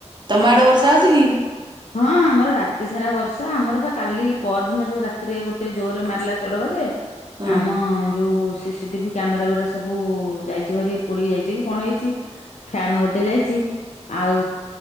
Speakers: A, on the right; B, on the left.
A: ତମ ଆଡେ ବର୍ଷା ହଉଛି କି?
B: ହଁ ଆମର ରା ରାତି ସାରା ବର୍ଷା ଆମର ପା କାଲି ପରଦିନ ଯୋଉ ରାତିରେ ଗୋଟେ ଜୋରରେ ମାରିଲା ଚଡକ ଯେ
A: ହୁଁ
B: ଆମ ଯୋଉ ସିସିଟିଭି କ୍ୟାମେରା ଗୁରା ସବୁ ଯାଇଛି ଭାରି ପୋଡ଼ି ଯାଇଛି କି କଣ ହେଇଛି ଫ୍ୟାନ ଗୋଟେ ଯାଇଚି। ଆଉ